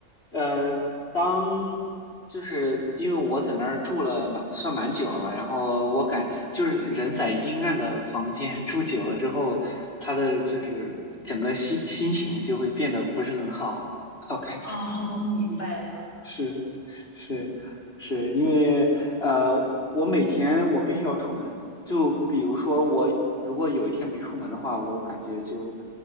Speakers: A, on the left; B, on the left.
A: 呃，当就是因为我在那儿住了蛮算蛮久了嘛，然后我感就是人在阴暗的房间 <laughs> 住久了之后，他的就是整个心心情就会变得不是很好，<laughs> 我感觉。
B: 哦，<laughs> 明白了。
A: 是是是，因为呃，我每天我必须要出门。就比如说我如果有一天没出门的话，我感觉就